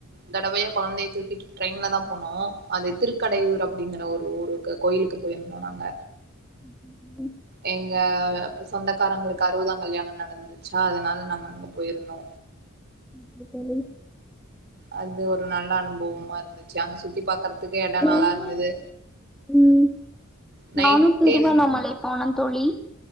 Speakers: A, on the right; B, in the centre.
A: தடவயு கொழந்தய தூக்கிட்டு ட்ரெயின்லதா போனோ அது திருக்கடையூர் அப்டிங்கற ஒரு ஊரு கு கோயிலுக்கு போயிருந்தோ நாங்க
B: ம்
A: எங்க அப்ப சொந்தக்காரங்களுக்கு அறுவதாங் கல்யாணோ நடந்தது சா அதனால நாங்க அங்க போய்ருந்தோ
B: ப்டி தோழி
A: அது ஒரு நல்ல அனுபவமா இருந்துச்சு அங்க சுத்தி பாக்குறக் துக்கு ஏன்டா நல்லா
B: நானு
A: இருந்தது
B: ம்
A: நைட்டின்
B: நானு திருவண்ணாமலை போன தோழி